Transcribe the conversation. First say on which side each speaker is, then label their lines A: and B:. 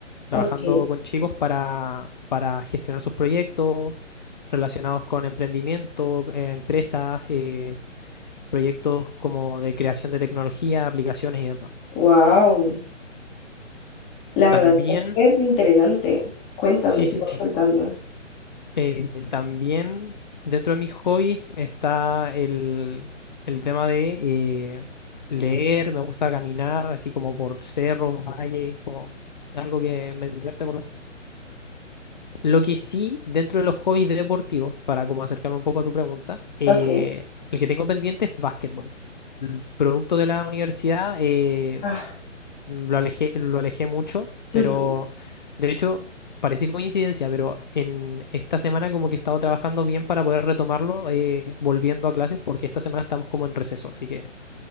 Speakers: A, on the left; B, on the left.
A: trabajando
B: Ok,
A: con chicos para, para gestionar sus proyectos relacionados con emprendimiento, eh, empresas, eh, proyectos como de creación de tecnología, aplicaciones y demás.
B: wow, la verdad
A: También,
B: está súper interesante. Cuéntame,
A: <laughs> sí,
B: sigo
A: sí, sí.
B: contando.
A: Eh, también dentro de mis hobbies está el, el tema de eh, leer, me gusta caminar así como por cerros, valles, o algo que me divierte por lo menos. Lo que sí, dentro de los hobbies deportivos, para como acercarme un poco a tu pregunta, eh,
B: Ok,
A: el que tengo pendiente es básquetbol. El producto de la universidad, eh,
B: ah,
A: lo alejé, lo alejé mucho, pero
B: ujú,
A: de hecho parece coincidencia, pero en esta semana como que he estado trabajando bien para poder retomarlo, eh, volviendo a clases, porque esta semana estamos como en receso, así que